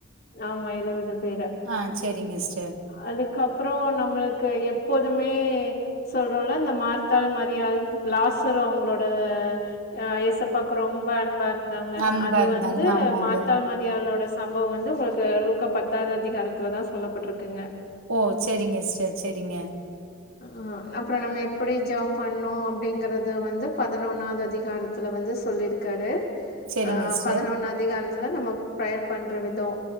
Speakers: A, on the left (about 50°); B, on the right (about 80°).
A: ஆமா எழுவது பேர
B: ஆ சேரிங்கஸ்ட
A: அலுக்கப்றோ நம்மளுக்கு எப் எப்போதுமே சொல்றோல்ல இந்த மார்த்தால் மரியாள் லாசர் அவங்களோட ஆ ஏசப்பாக்கு ரொம்ப அன்பா இருந்தவங்க
B: அன்பா
A: அது
B: இருந்தாங்க.
A: வந்து
B: ஆமாங்க.
A: மார்த்தாள் மரியாளோட சம்பவ வந்து உங்களுக்கு லூக்கா பத்தாவது அதிகாரத்துல தா சொல்லப்பட்ருக்குங்க
B: ஓ சேரிங்கஸ்ட செரிங்க
A: ஆமா அப்றோ நம்ம எப்டி ஜோம் பண்ணோ அப்டிங்கறது வந்து பதினொன்னாவது அதிகாரத்துல வந்து சொல்லிருக்காரு
B: சரிங்க
A: ஆ
B: சிஸ்டர்.
A: பதினொன்னு அதிகாரத்துல நம்ம ப்ரெயர் பண்ற விதோ